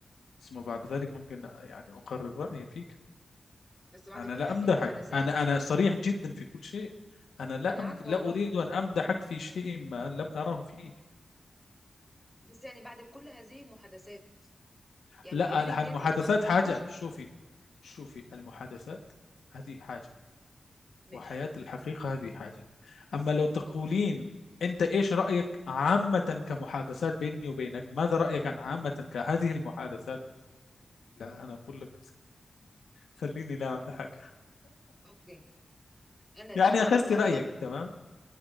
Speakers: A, on the left; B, in the centre.
A: ثم بعد ذلك ممكن يعني أقرر رأيي فيك
B: بس بعد
A: أنا
B: كل
A: لا
B: هذه
A: أمدحك
B: المحادثات
A: أنا أنا صريح جدا في كل شيء أنا لا
B: انا عارفه
A: أم... لا
B: والله
A: أريد أن أمدحك في شيء ما لم أره فيك
B: بس يعني بعد كل هذه المحادثات يعني
A: لا
B: you didn't
A: الح- المحادثات
B: get into a conclusion
A: حاجة شوفي شوفي المحادثات هذه حاجة
B: ماشي
A: وحياة الحقيقة هذه حاجة أما لو تقولين
B: اوكي
A: أنت إيش رأيك عامة كمحادثات بيني وبينك ماذا رأيك عن عامة كهذه المحادثات لا أنا أقول لك خليني لا أمدحك
B: اوكي انا
A: يعني
B: لا انا
A: أخذت
B: ب...
A: رأيك
B: أنا-
A: تمام